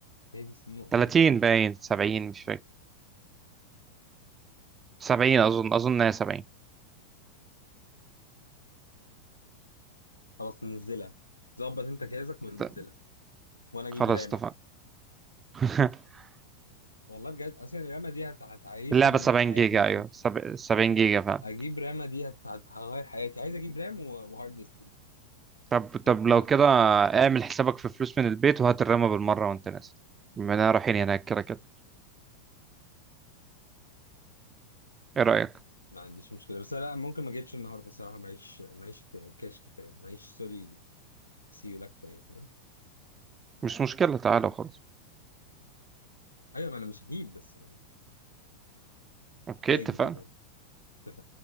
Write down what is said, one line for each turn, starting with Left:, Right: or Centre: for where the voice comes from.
Left: هي دي النقطه
Right: 30
Left: خالص
Right: باين 70 مش فاكر 70 اظن اظن هي 70
Left: خلاص ننزلها ظبط انت جهازك وننزلها
Right: ط-
Left: وانا اجيب
Right: خلاص
Left: رام
Right: اتفقنا <laughs>
Left: والله بجد اصل الرامة دي هت- هتعيشني
Right: اللعبة 70
Left: حياة
Right: جيجا
Left: احلى
Right: ايوه
Left: بكتير
Right: سب- 70 جيجا فعلا
Left: اجيب رامة دي هت- هت- هتغير حياتي عايز اجيب رام و- وهارد ديسك
Right: طب طب
Left: حتى
Right: لو
Left: لو
Right: كده
Left: اكسترنال
Right: اعمل حسابك في فلوس من البيت وهات الرامة بالمرة وانت نازل بما اننا رايحين هناك كده كده ايه رأيك
Left: ما عنديش مشكلة بس لا ممكن ما اجيبش النهاردة صراحة معيش معيش ك- كاش كفاية معيش سوري سيولا كفاية فاهم
Right: مش مشكلة تعالى وخلاص
Left: ايوه ما انا مش هجيب بس
Right: اوكي
Left: هاجي
Right: اتفقنا
Left: كده انت